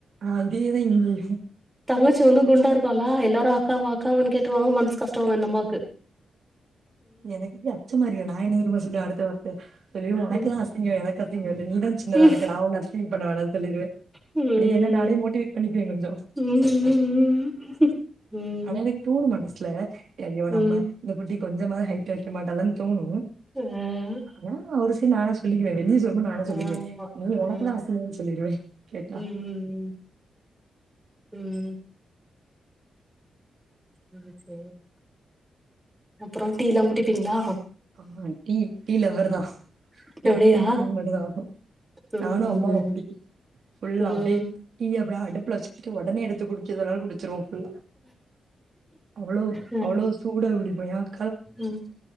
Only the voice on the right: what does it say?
அதேதா இங்கையு
எனக்கு இப்டி அச்சமறியு நா என்ன தெரியுமா சொல்லுவ அடுத்த வார்த்த அயயோ எனக்குலா
அச் சிங்கோ எனக்கு அசிங்கோ இல்ல நீதா சின்னதா
இருக்க நா ஒன்னு ஃபீல் பண்ண வேணானு சொல்லிடுவே
அப்டி என்ன நானே மோட்டிவேட் பண்ணிக்குவே கொஞ்சொ
ஆனா எனக் தோணு மனசுல எ ஐயோ நம்
ம இந்த குட்டி கொஞ்சமாது ஹைட் வைக்க மாட்டாலன் தோணு
மொணங்குவா ஒரு சைடு நானா சொல்லிக்குவே வெளிய சொல் மாட் நானா சொல்லிக்வே
நீங்க ஒனக்குதா
அசிங்கோன் சொல்லிருவே கேட்டா
ஆஹ டீ டீ லவ்வர்தா
எப்பயு டீ மட்டுந்தா ஆகு
நானு
அம்மாவு
அப்டி ஃபுல்லா
அப்டியே டீ அப்பட அடுப்புல வச்சுக்ட்டு ஒடனே எடுத்து குடிக்க சொனாலு குடிச்சிருவோ அவ்ளோ
அவ்ளோ சூடா குடிப்போ யார்